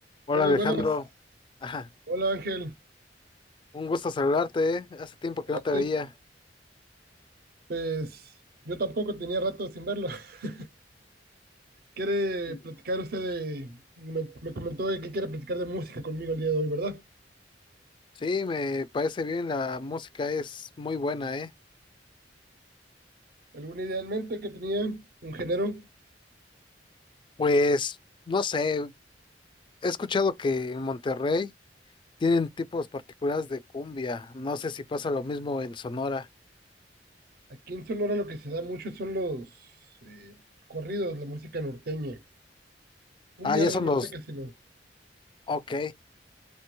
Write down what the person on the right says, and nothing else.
Buenas,
buenas.
Hola Ángel.
Vente.
Pues yo tampoco tenía rato sin verlo. <laughs> ¿Quiere
platicar usted de... Me, me comentó de que quiere platicar de música conmigo el día de hoy, ¿verdad?
¿Alguna idea en mente que tenía? ¿Un género?
Aquí en Sonora lo que se da mucho son los eh, corridos, la música norteña. Cumbia
realmente
casi no.